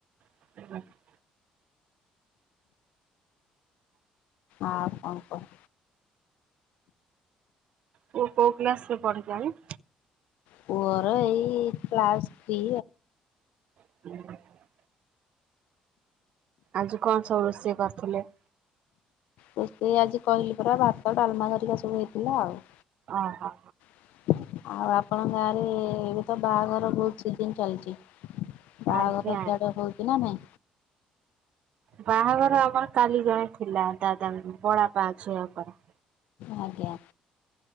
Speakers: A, on the right (about 55°); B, on the left (about 80°).
A: <unintelligible>
B: ଆଉ କଣ କହ।
A: ପୁଅ କୋଉ କ୍ଲାସ ରେ ପଢିଲାଣି।
B: ପୁଅ ର ଏଇ କ୍ଲାସ ଥ୍ରି।
A: <unintelligible> ଆଜି କଣ ସବୁ ରୋସେଇ କରିଥିଲେ।
B: ରୋସେଇ ଆଜି କହିଲି ପରା ଭାତ ଡାଲମା ହେରିକା ସବୁ ହେଇଥିଲା ଆଉ।
A: ଓ ହୋ
B: <inaudible> ଆଉ ଆପଣଙ୍କ ଗାଁରେ ଏବେ ତ ବାହାଘର ବହୁତ ସିଜିନ ଚାଲିଛି। ବାହାଘର
A: ଆଜ୍ଞା।
B: ସିଆଡେ ହଉଛି ନା ନାଇଁ?
A: ବାହାଘର ଆମର କାଲି ଜଣେ ଥିଲା ଦାଦ ଉଁ ବଡବାପା ଝିଅଙ୍କର।
B: ଆଜ୍ଞା।